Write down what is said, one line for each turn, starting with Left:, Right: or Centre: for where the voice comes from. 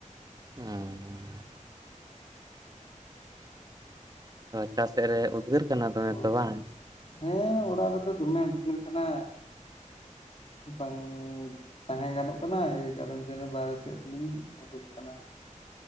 Right: ᱦᱮᱸ᱾ ᱦᱚ ᱨᱟᱪᱟ ᱥᱮᱫ ᱨᱮ ᱩᱫᱽᱜᱟᱹᱨ ᱠᱟᱱᱟ ᱫᱚᱢᱮ
Left: ᱚ
Right: ᱛᱚ ᱵᱟᱝ?
Left: ᱦᱮᱸ ᱚᱲᱟᱜ ᱨᱮᱫᱚ ᱫᱚᱢᱮ ᱩᱫᱽᱜᱟᱨ ᱠᱟᱱᱟ ᱵᱟᱝ ᱛᱟᱦᱮᱸ ᱜᱟᱱᱚᱜ ᱠᱟᱱᱟ ᱮᱭ ᱠᱟᱨᱚᱱ ᱡᱮᱱᱚ ᱵᱟᱨᱦᱮ ᱥᱮᱫ ᱞᱤᱧ ᱩᱰᱩᱠ ᱟᱠᱟᱱᱟ᱾